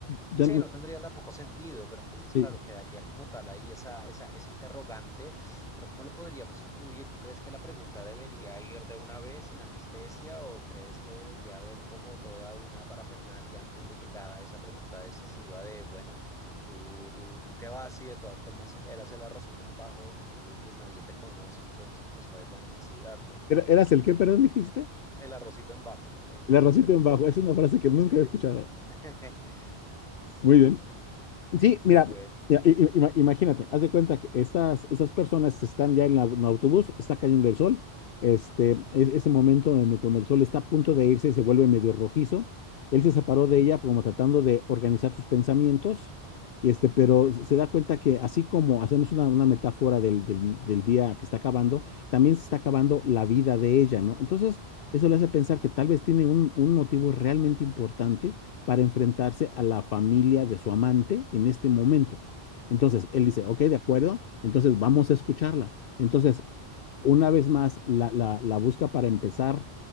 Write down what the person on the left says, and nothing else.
ya
no.
sí.
¿Era- ¿Eras el qué, perdón,
dijiste?
La rosita
en bajo, es una frase que nunca
he escuchado.
Muy bien. Sí,
mira, mira, i- i- ima- imagínate, haz de cuenta que estas, estas personas están ya en, la- en el autobús, está cayendo el sol, este, es, ese momento donde cuando el sol está a punto de irse y se vuelve medio rojizo, él se separó
de ella como tratando de organizar sus pensamientos, y este, pero se da cuenta que así como hacemos una, una metáfora del, del, del día que está acabando, también se está acabando la vida de ella, ¿no? Entonces, eso le hace pensar que tal vez tiene un, un motivo realmente importante para enfrentarse a la familia de su amante en este momento. Entonces, él dice, ok,
de acuerdo, entonces vamos a escucharla. Entonces, una vez más, la, la- la busca para empezar